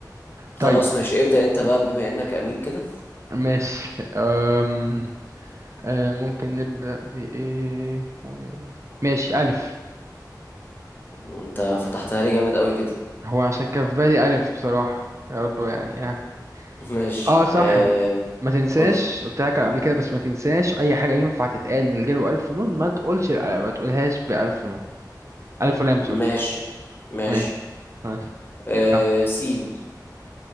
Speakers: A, on the left; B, on the right.
A: خلاص
B: طيب
A: ماشي ابدأ انت بقى بما انك امين كده
B: ماشي أم... أه ممكن نبدأ بإيه ممكن... ماشي ألف
A: <laughs> انت فتحتها لي جامد قوي كده
B: هو عشان كان في بالي ألف بصراحة يا رب يعني اه
A: <laughs> ماشي
B: اه صح
A: آه...
B: ما تنساش
A: قولي
B: قلت لك قبل كده بس ما تنساش أي حاجة ينفع تتقال من غير ألف ونون ما تقولش ما تقولهاش بألف ونون ألف ولام سوري
A: ماشي ماشي
B: ماشي ماشي
A: آه...
B: طب
A: سين